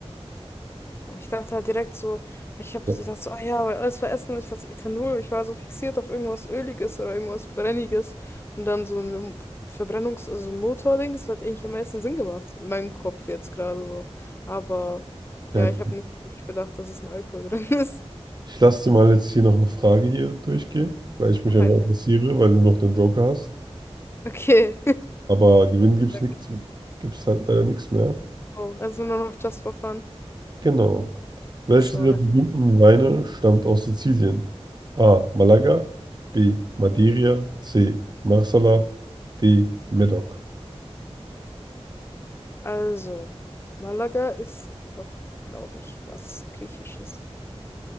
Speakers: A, on the left; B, on the right.
A: Aber ich dachte halt direkt so, ich hab,
B: Ja,
A: ich dachte so, ah ja, weil alles war Essen und ich dachte Ethanol, ich war so fixiert auf irgendwas Öliges oder irgendwas Brenniges und dann so ein Verbrennungs-, also ein Motording, das hat eigentlich am meisten Sinn gemacht, in meinem Kopf jetzt gerade so. Aber ja,
B: ja,
A: ich habe nicht wirklich bedacht, dass es ein Alkohol <laughs> drin ist.
B: Ich lasse dir mal jetzt hier noch eine Frage hier durchgehen, weil ich mich
A: Ach,
B: einfach
A: ein-
B: interessiere, weil du noch den Joker hast.
A: Okay.
B: Aber gewinnen gibt's
A: <laughs>
B: nichts, gibt's halt leider nichts mehr.
A: Oh, also nur noch just for fun.
B: Genau. Welche
A: Ach so,
B: dieser
A: ne?
B: berühmten Weine stammt aus Sizilien? A. Malaga, B. Madeira, C. Marsala, D. Medoc.
A: Also, Malaga ist doch, glaube ich, was Griechisches.